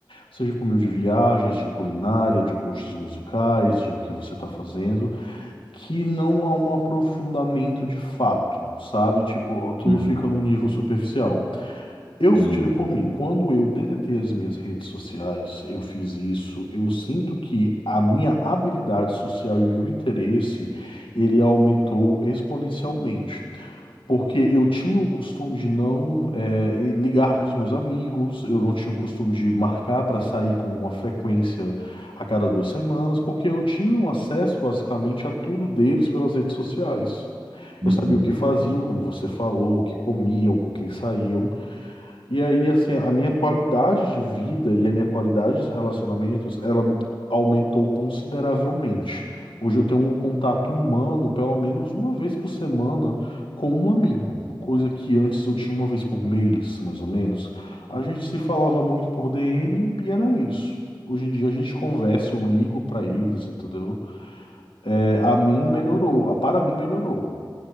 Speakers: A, on the left; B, on the right.
A: seja por meio de viagens, de culinária, de gostos musicais, de o que você está fazendo, que não há um aprofundamento de fato, sabe? Tipo, tudo
B: Uhum.
A: fica num nível superficial. Eu
B: Sim.
A: tiro por mim, quando eu deletei as minhas redes sociais, eu fiz isso, eu sinto que a minha habilidade social e meu interesse, ele aumentou exponencialmente. Porque eu tinha o costume de não eh, e ligar para os meus amigos, eu não tinha o costume de marcar para sair com uma frequência a cada duas semanas, porque eu tinha um acesso basicamente a tudo deles pelas redes sociais.
B: Uhum.
A: Eu sabia o que faziam, como você falou, o que comiam, com quem saíam. E aí, assim, a minha qualidade de vida e a minha qualidade de relacionamentos, ela aumentou consideravelmente. Hoje eu tenho um contato humano, pelo menos uma vez por semana, com um amigo, coisa que antes eu tinha uma vez por mês, mais ou menos. A gente se falava muito por DM e era isso. Hoje em dia a gente conversa, eu ligo pra eles, entendeu? É, a mim melhorou, a para mim melhorou.